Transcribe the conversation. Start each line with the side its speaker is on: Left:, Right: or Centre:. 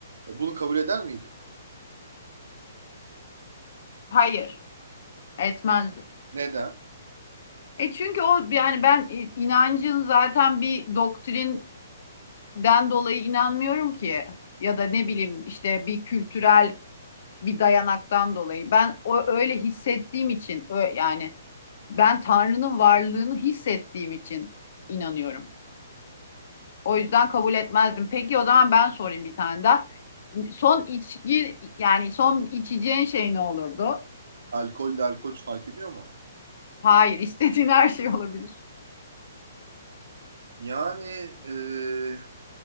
Right: E, bunu kabul eder miydin?
Left: Hayır. Etmezdim.
Right: Neden?
Left: E çünkü o yani ben i- inancın zaten bir doktrin den dolayı inanmıyorum ki ya da ne bileyim işte bir kültürel bir dayanaktan dolayı. Ben o öyle hissettiğim için ö- yani ben Tanrı'nın varlığını hissettiğim için inanıyorum. O yüzden kabul etmezdim. Peki o zaman ben sorayım bir tane daha. Son içki yani son içeceğin şey ne olurdu?
Right: Alkolle alkol fark ediyor mu?
Left: Hayır, istediğin her şey olabilir.
Right: Yani e,